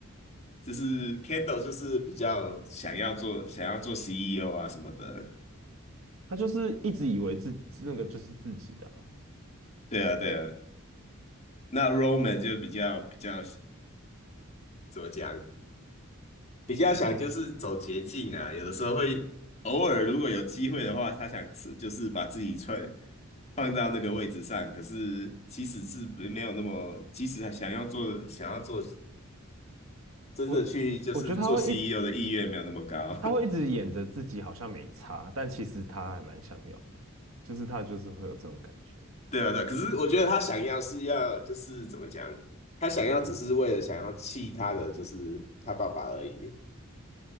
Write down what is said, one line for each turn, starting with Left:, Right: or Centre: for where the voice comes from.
Left: 就是 Kendall 就是比较想要做想要做 CEO 啊什么的，
Right: 他就是一直以为自那个就是自己的啊。
Left: 对啊对啊，那 Roman 就比较比较。怎么讲？比较想就是走捷径啊，有的时候会偶尔如果有机会的话，他想吃就是把自己穿放到那个位置上，可是其实是没没有那么，其实他想要做想要做真的去就是做
Right: 我我觉得他会一
Left: CEO 的意愿没有那么高，
Right: 他会一直演着自己好像没差，但其实他还蛮想要的，就是他就是会有这种感觉。
Left: <laughs> 对啊对啊，可是我觉得他想要是要就是怎么讲，他想要只是为了想要气他的就是他爸爸而已，